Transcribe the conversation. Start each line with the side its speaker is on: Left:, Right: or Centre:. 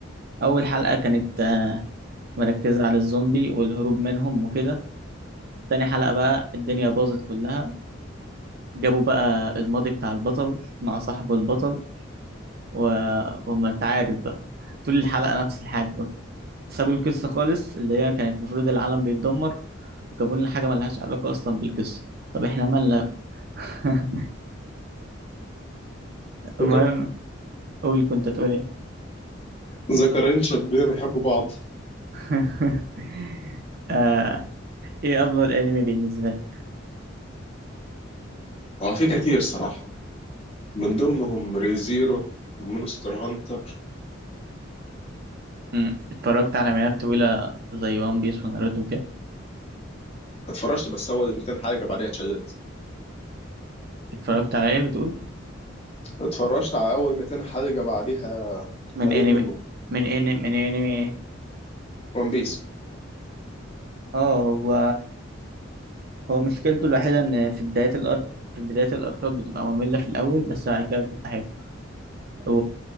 Right: اول حلقه كانت آه، مركزه على الزومبي والهروب منهم وكده تاني حلقه بقى الدنيا باظت كلها جابوا بقى الماضي بتاع البطل مع صاحبه البطل و... وما انت عارف بقى طول الحلقه نفس الحاجه سابوا القصه خالص اللي هي كانت المفروض العالم بيتدمر وجابوا لنا حاجه ملهاش علاقه اصلا بالقصه طب احنا مالنا <laughs> المهم
Left: ذك-
Right: قول كنت تقول ايه
Left: ذكرين شابين يحبوا بعض
Right: <laughs> آه، ايه افضل انمي بالنسبه لك
Left: هو في كتير صراحة من ضمنهم ريزيرو مونستر هانتر
Right: مم. اتفرجت على مئات طويله زي وان بيس وناروتو كده
Left: واتفرجت بس اول 200 حلقة بعدها اتشددت
Right: اتفرجت على ايه بتقول
Left: اتفرجت على اول 200 حلقة بعدها
Right: من
Left: مليت
Right: انمي
Left: منه
Right: من انمي من انمي ايه
Left: ون بيس
Right: اه هو هو مشكلته الوحيده ان في بدايه الارك في بدايه الاركات بتبقى ممله في الاول بس بعد كده بتبقى حلوه و...